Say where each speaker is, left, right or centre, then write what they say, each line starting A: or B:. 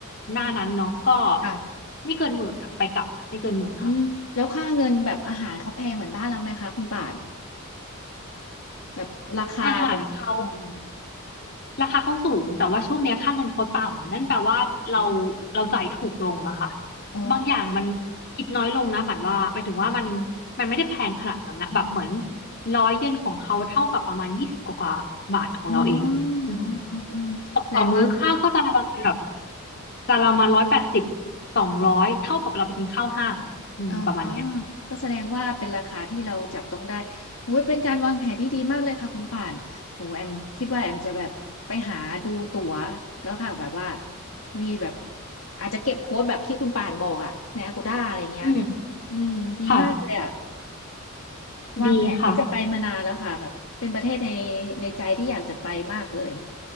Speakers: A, on the left; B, on the left.
A: หน้านั้นเนาะก็
B: ค่ะ
A: ไม่เกินหมื่นอะไปกลับไม่เกินหมื่นค่ะ
B: อืมแล้วค่าเงินแบบอาหารเขาแพงเหมือนบ้านเราไหมคะคุณป่านแบบราคาแบบอืม
A: อาหารเขาราคาเขาสูงแต่ว่าช่วงเนี้ยค่าเงินเขาต่ำนั่นแปลว่าเรา
B: เนอะ
A: เราจ่ายถูกลงอะค่ะ
B: อ๋อ
A: บางอย่างมันคิดน้อยลงนะปันว่าหมายถึงว่ามันมันไม่ได้แพงขนาดนั้นนะแบบเหมือนร้อยเยนของเขาเท่ากับประมาณยี่สิบกว่าๆบาทของเราเองอืม
B: อ๋ออืมอืมอืมแสดงว่า
A: ตกต่อมื้อข้าวก็จานละประมาณแบบจานละประมาณร้อยแปดสิบสองร้อยเท่ากับเราไปกินข้าวห้างอะอืมประมาณเนี้ย
B: อ๋อก็แสดงว่าเป็นราคาที่เราจับต้องได้โอ้ยเป็นการวางแผนที่ดีมากเลยค่ะคุณป่านโหแอมคิดว่าแอมจะแบบไปหาดูตั๋วแล้วค่ะแบบว่ามีแบบอาจจะเก็บโค้ดแบบที่คุณป่านบอกอะใน Agoda อะไรเงี้ย
A: อืม
B: อืมดีมากเลยอะ
A: ค่ะ
B: วางแผนที่จะไปมานานแล้วค่ะแบบเป็นประเทศใน
A: ดีค่ะ
B: ในใจที่อยากจะไปมากเลย